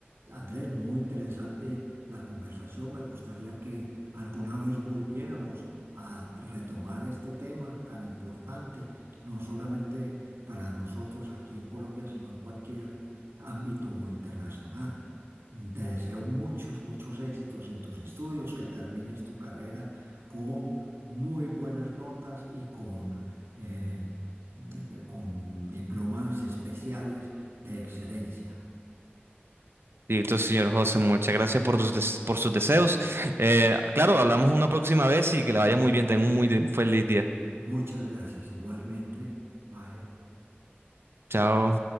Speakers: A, on the right; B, on the right.
A: Andrés, muy interesante la conversación. Me gustaría que alguna vez volviéramos a retomar este tema tan importante no solamente para nosotros aquí en Colombia, sino en cualquier ámbito internacional. Te deseo muchos, muchos éxitos en tus estudios, que termines tu carrera con muy buenas notas y con, eh, eh, con diplomas especiales de excelencia.
B: Y entonces, señor José, muchas gracias por tus des- por sus deseos. Eh, claro, hablamos una próxima vez y que le vaya muy bien. Tenga un muy de- feliz día.
A: Muchas gracias. Igualmente, bye.
B: Chao.